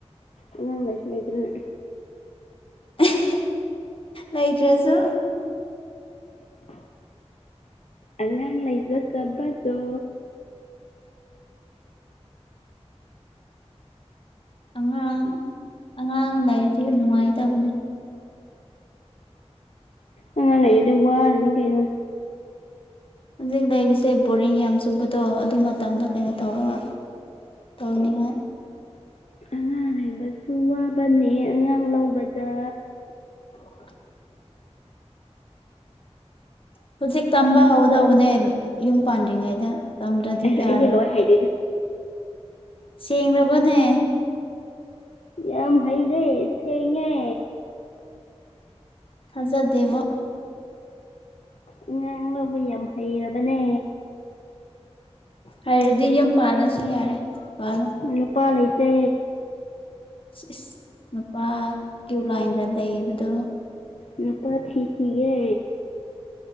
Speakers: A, on the left; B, on the left.
A: ꯑꯉꯥꯡ ꯂꯩꯁꯨ ꯂꯩꯇ꯭ꯔꯥꯒ
B: ꯑꯦꯍꯦ ꯂꯩꯇ꯭ꯔꯁꯨ
A: <inaudible> ꯑꯉꯥꯡ ꯂꯩꯖꯥꯗꯕꯗꯣ
B: ꯑꯉꯥꯡ ꯑꯉꯥꯡ ꯂꯩꯔꯇꯗꯤ ꯅꯨꯡꯉꯥꯏꯇꯗꯕꯅꯦ
A: ꯑꯉꯥꯟ ꯂꯩꯔꯗꯤ ꯋꯥꯔꯅꯤ ꯀꯩꯅꯣ
B: ꯍꯧꯖꯤꯛ ꯂꯩꯕꯁꯦ ꯕꯣꯔꯤꯡ ꯌꯥꯝ ꯆꯨꯕꯗꯣ ꯑꯗꯨ ꯃꯇꯝꯗ ꯀꯩꯅꯣ ꯇꯧꯔꯒ ꯇꯧꯅꯤꯉꯥꯢ
A: ꯑꯉꯥꯡ ꯂꯩꯕꯁꯨ ꯋꯥꯕꯅꯦ ꯑꯉꯥꯡ ꯂꯧꯕꯗ
B: <inaudible> ꯍꯧꯖꯤꯛ ꯇꯝꯕ ꯍꯧꯗꯧꯕꯅꯦ ꯌꯨꯝ ꯄꯥꯟꯗ꯭ꯔꯤꯉꯩꯗ ꯇꯝꯗ꯭ꯔꯗꯤ
A: ꯑꯩꯁ
B: ꯌꯥꯔꯣꯏꯕ
A: ꯑꯩꯗꯤ ꯂꯣꯏ ꯍꯩꯔꯦꯗ
B: ꯁꯦꯡꯂꯕꯅꯦ
A: ꯌꯥꯝ ꯍꯩꯔꯦ ꯁꯦꯡꯉꯦ
B: ꯊꯥꯖꯗꯦꯕꯣ
A: ꯑꯉꯥꯡ ꯂꯧꯕ ꯌꯥꯝ ꯍꯩꯔꯕꯅꯦ
B: ꯍꯩꯔꯗꯤ ꯌꯨꯝ ꯄꯥꯜꯂꯁꯨ ꯌꯥꯔꯦ ꯄꯥꯜꯂꯣ
A: ꯅꯨꯄꯥ ꯂꯩꯩꯇꯦ
B: ꯁꯤꯁ ꯅꯨꯄꯥ ꯀ꯭ꯌꯨ ꯂꯥꯏꯟꯗ ꯂꯩꯕꯗꯣ
A: ꯅꯨꯄꯥ ꯊꯤꯈꯤꯒꯦ